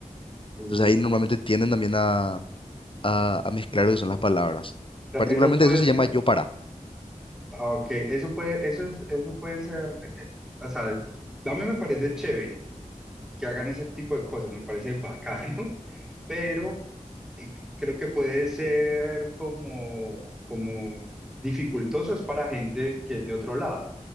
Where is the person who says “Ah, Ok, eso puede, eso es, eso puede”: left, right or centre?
Centre